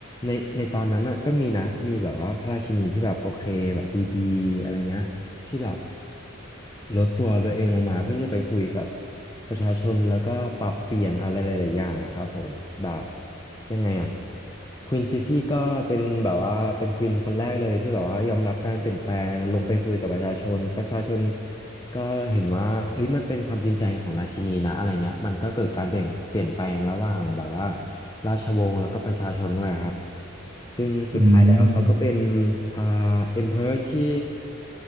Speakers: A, on the left; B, on the right.
A: ในในตอนนั้นน่ะก็มีนะมีแบบว่าพระราชินีที่แบบโอเคแบบดีๆอะไรเงี้ยที่แบบลดตัวตัวเองลงมาเพื่อที่จะไปคุยกับประชาชนแล้วก็ปรับเปลี่ยนอะไรหลายๆอย่างอะครับผมแบบยังไงอะควีนซิซี่ก็เป็นแบบว่าเป็นควีนคนแรกเลยที่แบบว่ายอมรับการเปลี่ยนแปลงลงไปคุยกับประชาชนประชาชน ก็เห็นว่าเอ้ยมันเป็นความจริงใจของราชินีนะอะไรเงี้ยมันก็เกิดการเปลี่ยนเปลี่ยนแปลงระหว่างแบบว่าราชวงศ์แล้วก็ประชาชนด้วยครับซึ่งสุดท้ายแล้วเขาก็เป็น
B: อืม
A: อ่า emperor ที่